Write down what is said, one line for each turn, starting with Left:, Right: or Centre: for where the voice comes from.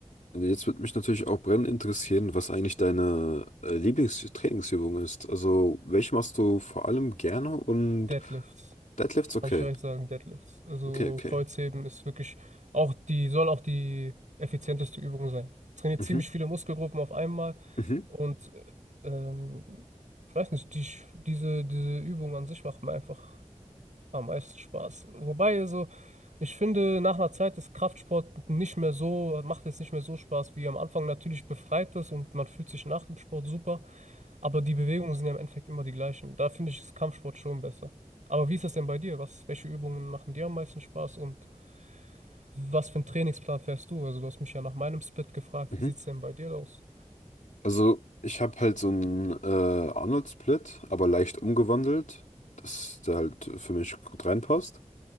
Left: Jetzt würde mich natürlich auch brennend interessieren, was eigentlich deine äh, Lieblingstrainingsübung ist. Also, welche machst du vor allem gerne und
Right: Deadlifts.
Left: Deadlifts
Right: Kann
Left: okay.
Right: ich gleich sagen, Deadlifts. Also
Left: Okay, okay.
Right: Kreuzheben ist wirklich auch die, soll auch die effizienteste Übung sein. Trainiert
Left: Mhm.
Right: ziemlich viele Muskelgruppen auf einmal
Left: Mhm.
Right: und äh, ähm, ich weiß nicht, die, diese, diese Übung an sich macht mir einfach am meisten Spaß. Wobei, also, ich finde, nach einer Zeit ist Kraftsport nicht mehr so, macht jetzt nicht mehr so Spaß wie am Anfang. Natürlich befreit es und man fühlt sich nach dem Sport super. Aber die Bewegungen sind ja im Endeffekt immer die gleichen. Da finde ich das Kampfsport schon besser. Aber wie ist das denn bei dir? Was, welche Übungen machen dir am meisten Spaß und was für einen Trainingsplan fährst du? Also du hast mich ja nach meinem Split gefragt,
Left: Mhm.
Right: wie sieht's denn bei dir aus?
Left: Also, ich habe halt so einen äh, Arnold-Split, aber leicht umgewandelt, dass der halt für mich gut reinpasst.